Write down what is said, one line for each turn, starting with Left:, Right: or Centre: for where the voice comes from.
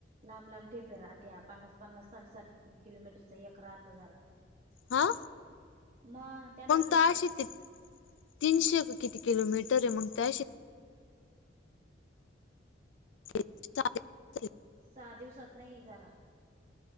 Right: लांब लांब ठेपे राहत्या पन्नास पन्नास साठ साठ किलोमीटरचा एक राहतो जरा.
Left: हां
Right: मग त्यानला.
Left: <unintelligible> तीनशे किती किलमीटर आहे मग त्याची. <inaudible>
Right: सहा दिवसात नाही जरा